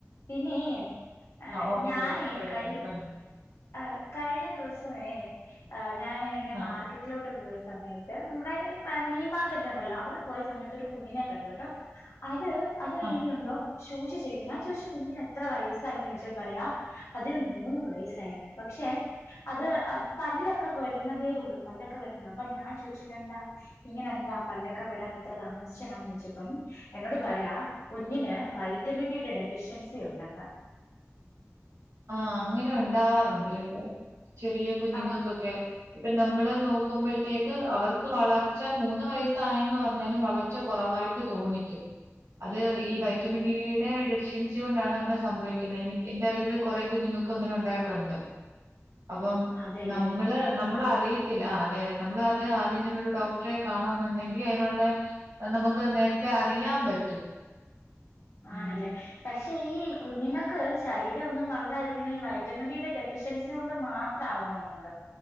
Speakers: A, on the left; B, on the right.
A: പിന്നേ ആഹ്
B: ഓക്കെ
A: ഞാനേ
B: ഓക്കെ കുഴപ്പമില്ല
A: കഴി
B: പറഞ്ഞോ
A: ആഹ് കഴിഞ്ഞ ദിവ സവേ ഞാന് ങ്ങനെ
B: ആഹ്
A: മാർക്ക റ്റിലോട്ട് പോയ സമയത്ത് നമ്മുടെ ഈ പ മീൻ മാർക്കറ്റ് ണ്ടല്ലോ അവിടെ പോയ സമയത്ത് ഒരു കുഞ്ഞിനെ ക്കണ്ടുട്ടോ. അത് അത് ന്തേങ്കിലും
B: ആഹ്
A: ഉണ്ടോ. ശോഷി ചിരിക്കുന്നു. ഞാൻ ചോയ് ച്ചു കുഞ്ഞിനെത്ര വയസ്സായിന്ന് ചോയ്ച്ചാ പറയാ. അതിന് മൂന്ന് വയസ്സായിണ് ന്ന് പക്ഷെ അത് പല്ലൊക്കെ വരുന്നതേ ഉള്ളൂ, പല്ലൊക്കെ വരുന്നുള്ള അപ്പൊ ഞാൻ ചോയ്ച്ചു ഇതെന്താ, ഇങ്ങനെ എന്താ പല്ലക്കെ വരാൻ ഇത്ര താമസിച്ചെന്ന് ചോയ്ച്ചപ്പം എന്നോട്, പറയാ കുഞ്ഞിന് വൈറ്റമിൻ ഡിയുടെ ഡെഫിഷ്യൻസി ഉണ്ടെന്ന്,
B: ആഹ് അങ്ങനെ ഉണ്ടാവാറുണ്ട് കേട്ടോ ചെറിയ കുഞ്ഞുങ്ങൾക്കൊക്കെ,
A: ആഹ്
B: ഇപ്പൊ നമ്മള് നോക്കുമ്പോഴത്തേക്ക് അവർക്ക് വളർച്ച മൂന്ന് വയസ്സായന്ന് പറഞ്ഞാലും വളർച്ച കുറവായി ട്ട് തോന്നിക്കും, അത് ഈ വൈറ്റമിൻ
A: അതെ
B: ഡിയുടെ ഡെഫിഷ്യൻസി കൊണ്ടാണ് അങ്ങനെ സംഭവിക്കുന്നത് എനി എന്റെ അറിവില്, കൊറേ കുഞ്ഞുങ്ങൾക്ക് അങ്ങനെ ഉണ്ടായിട്ടുണ്ട് അപ്പം
A: അതെല്ലേ
B: നമ്മള്, നമ്മള് അറിയത്തില്ല, ആ അതെ അതെ നമ്മൾ അത് ആദ്യംതന്നെ ഒരു ഡോക്ടറെ കാണ എന്നുണ്ടെങ്കിൽ, അതിനുള്ള നമുക്ക് നേരത്തെ അറിയാൻ പറ്റും, ഉം
A: ആണല്ലേ, പക്ഷെ ഈ കുഞ്ഞുങ്ങൾക്ക് ശരീരം ഒന്നും വളരാതിരിക്കുന്ന ഈ വ വിറ്റമിൻ ഡിടെ ഡെഫിഷ്യൻസി കൊണ്ട് മാത്രം ആവണോന്നുണ്ടൊ?